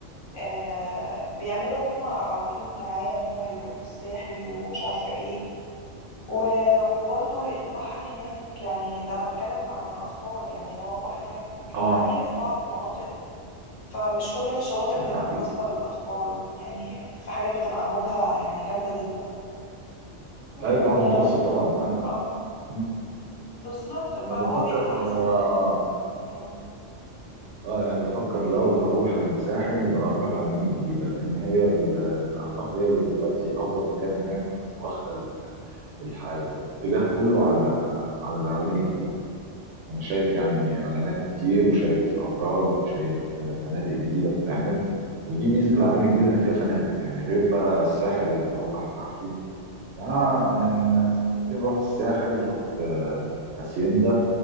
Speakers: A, on the left; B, on the right.
A: آه، بيعملوا هم على طول دعاية إن هم يروحوا الساحل ومش عارفة إيه و- وبرضو البحر هناك يعني ده انا بتكلم عن الاطفال يعني هو البحر هناك
B: آه
A: عالي في بعض المناطق فمش كل الشواطئ بتبقى
B: أكيد
A: مناسبة للأطفال يعني في حاجات بتبقى أمواجها يعني جامدة جدا و
B: لا البحر المتوسط طبعا أنا
A: اه
B: م،
A: بالظبط فهو
B: أنا بفكر
A: بيبقى أحسن
B: آه
A: لل آه، مم.
B: آه، يعني بفكر لو هروح الساحل يبقى أروح العلمين الجديدة لأن هي ال- أعتقد هي ال- دلوقتي أفضل مكان هناك أو واخدة الح- الاتجاه كله على على العلمين الجديد انا شايف يعني اعلانات كتير وشايف ابراج وشايف فنادق جديده بتتعمل ودي ميزه العلمين الجديد ان فيها فنادق يعني غير بقى الساحل اللي هو احنا عارفينه يعني
A: اه
B: انا من سنتين رحت الساحل رحت آه، هاسيندا